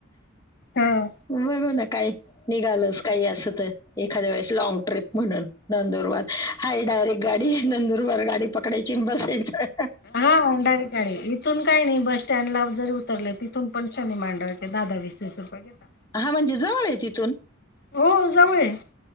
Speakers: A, on the left; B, on the left.
A: हा
B: बघू ना काही निघालच काही असं तर एखाद्या वेळेस लॉंग ट्रिप म्हणून नंदुरबार हाय डायरेक्ट गाडी नंदुरबार गाडी पकडायची आणि बसायचं
A: हा डायरेक्ट गाडी आहे इथून काही नाही बस स्टँडला जर उतरले तिथून पण शनी मांडव दहा दहा वीस वीस रुपये घेतातं
B: हा म्हणजे जवळ आहे तिथून
A: हो जवळ आहे